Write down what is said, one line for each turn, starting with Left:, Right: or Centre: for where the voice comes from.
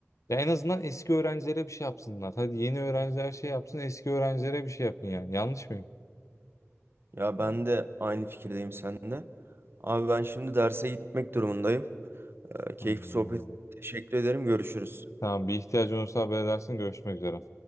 Left: ya en azından eski öğrencilere bir şey yapsınlar. Hadi yeni öğrenciler şey yapsın eski öğrencilere bir şey yapın yani yanlış mıyım?
Right: Ya ben de aynı fikirdeyim seninle. Abi ben şimdi derse gitmek durumundayım. E, keyifli
Left: Tamam.
Right: sohbet. Teşekkür ederim. Görüşürüz.
Left: Tamam bir ihtiyacın olursa haber edersin görüşmek üzere.